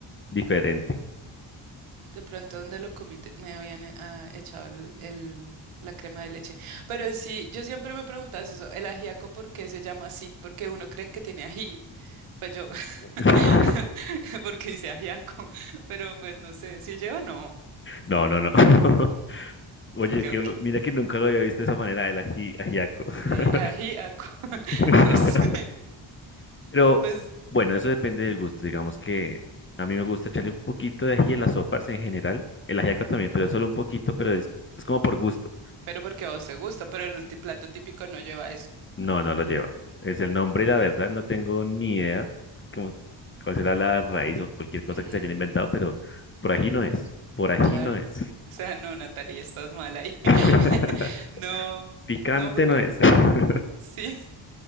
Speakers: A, on the left; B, on the right.
A: diferente.
B: de pronto donde lo comí te- me habían eh, ah, echado el, el- la crema de leche. Pero sí, yo siempre me preguntaba eso, el ajiaco, ¿por qué se llama así? Porque uno cree que tiene ají. Pues yo, <laughs>
A: <laughs>
B: porque dice ajiaco, pero pues no sé, si lleva no,
A: No, no, no. <laughs> Oye,
B: creo
A: que
B: que
A: mira que nunca lo había visto de esa manera, el ají, ajiaco. <laughs>
B: aji- ajiaco, <laughs>
A: <laughs>
B: no sé,
A: Pero
B: pues,
A: bueno, eso depende del gusto. Digamos que a mí me gusta echarle un poquito de ají a las sopas en general. El ajiaco también, pero solo un poquito, pero es, es como por gusto.
B: pero porque a vos te gusta, pero el ti- plato típico no lleva eso.
A: No, no lo lleva. Es el nombre, la verdad, no tengo ni idea cómo, cuál será la raíz o cualquier cosa
B: Ujú,
A: que se hayan inventado, pero por ají no es. Por ají
B: claro,
A: no es.
B: o sea, no, Natalia, estás mal ahí.
A: <laughs>
B: <laughs> No,
A: Picante
B: no, porque
A: no es. <laughs>
B: sí,